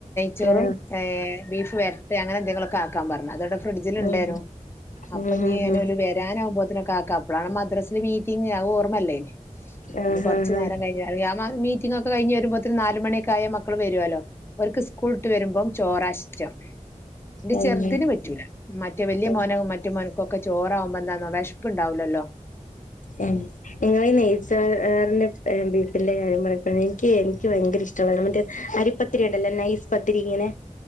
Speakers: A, on the left; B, on the left.
A: ചോറും
B: ആഹ്
A: ഏഹ് ബീഫ് വര്ട്ടെ അങ്ങനെ എന്തെങ്കിലൊക്കെ ആക്കാൻപർഞ്ഞ് അതോടെ ഫ്രിഡ്ജില് ഇണ്ടേനും
B: ആഹ്
A: അപ്പൊ
B: ആഹ്
A: ഇനി ഞാൻ
B: ആഹ്
A: ഓല് വെ രാനാവുമ്പോത്തിനൊക്കെ ആക്കാം അപ്പോഴാണ് മദ്രാസ്സ്ല് മീറ്റിംങ് അത് ഓർമ്മല്ലേനി
B: ആഹ്
A: ഇനി കൊർച്ച് നേരം കയി അതെ ആ നാല് മീറ്റിംങ്ങോക്കെ കഴിഞ്ഞ് വരുമ്പോത്തിന് നാലുമണി ഒക്കെ ആയാല് മക്കള് വരോലോ ഓര്ക്ക് സ്കൂള്ട്ട് വരുമ്പോം ചോറാ ഇഷ്ടം ഇന്റെ
B: ആഹ്
A: ചെറുതിന്
B: ആഹ്
A: പറ്റൂല മറ്റേ വല്ല്യ
B: ആഹ്
A: മോനും മറ്റേ മോൻക്കൊക്കെ ചോറാവുമ്പോ എന്താന്നോ വിഷപ്പ് ഇണ്ടാവൂലല്ലോ
B: ഉം ഇങ്ങളി ഈ നെയ്ച്ചോറിന്റേം ബീഫിന്റെ കാര്യം പറയുമ്പ എനിക്ക് എനിക്ക് ഭയങ്കര ഇഷ്ട മറ്റേ അരിപത്തിരി ഉണ്ടല്ലോ നൈസ് പത്തിരി ഇങ്ങനെ